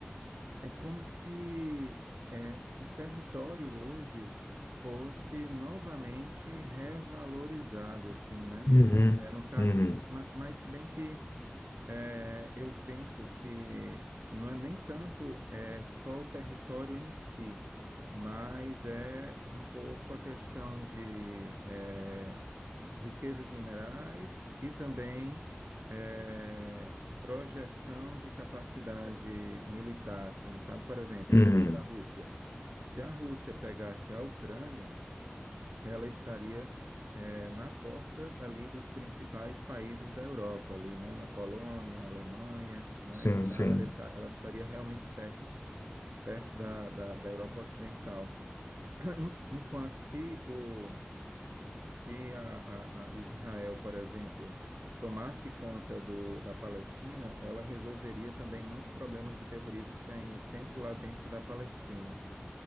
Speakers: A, on the right; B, on the left.
A: é como se é, o território hoje fosse novamente revalorizado, assim, né?
B: Uhum.
A: É, no caso,
B: Uhum.
A: ma- mas, se bem que é, eu penso que não é nem tanto é, só o território em si, mas é um pouco a questão de. é, riquezas minerais e também é, projeção de capacidade militar, assim, sabe? Por exemplo,
B: Uhum.
A: no caso da Rússia, se a Rússia pegasse a Ucrânia, ela estaria é, na porta ali dos principais países da Europa, ali, né? Na Polônia, Alemanha, né?
B: Sim,
A: Itália,
B: sim.
A: ele tá- ela estaria realmente perto, perto da, da, da Europa Ocidental. <clears throat> Enquanto se o se a, a- a Israel, por exemplo, tomasse conta do- da Palestina, ela resolveria também muitos problemas de terrorismo que tem sempre lá dentro da Palestina.